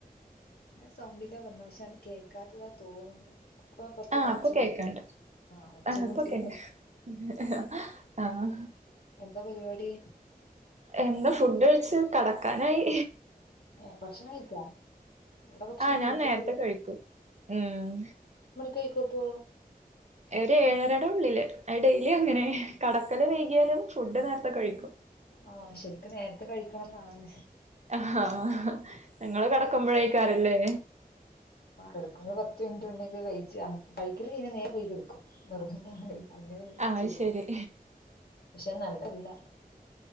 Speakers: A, on the left (about 85°); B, on the right (about 50°).
A: ഞാ സൗണ്ടില്ലേ പറഞ്ഞ പക്ഷാന് കേൾക്കാത്തതാ തോന്നുന്നു അപ്പൊ കൊറച്ചൂടെ
B: ആഹ അപ്പൊക്കെ
A: ഒച്ച കൂട്ടി
B: ആക്കാണ്ട
A: ആഹ് ഒച്ച
B: ആ
A: കൂട്ടി
B: അപ്പൊക്കെ ഹ്ഹ്ഹ് ആഹ്
A: എന്താ പരിപാടി
B: എന്താ ഫുഡ് കഴച്ച് കടക്കാനായി
A: ഏ ഭക്ഷണം കഴിച്ചാ ഇവിടെ ഭക്ഷണം
B: ആഹ ഞാൻ
A: കഴിച്ചിട്ടില്ല
B: നേരത്തെ കഴിക്കും ഉം
A: കേക്കോ പോ
B: ഒരുഏഴരട ഉള്ളില്ലേ അ ഡെയിലി അങ്ങനെ കടക്കല് വൈകിയാലും ഫുഡ് നേരത്തെ കഴിക്കും
A: ആഹ ശരിക്കും നേരത്തെ കഴിക്കണന്നാണ്
B: ആ നിങ്ങള്ങ്ങ കടക്കുമ്പോഴഴക്കാറല്ലേ
A: ഒരു പത്ത് മിനിറ്റ് മുന്നേക്കെ കഴ കഴിക്കല് ഇനെ നേ പോയി കിടക്കും അങ്ങനെ
B: ആ
A: ചെയ്യല്
B: ശരി
A: പക്ഷെ നല്ലല്ല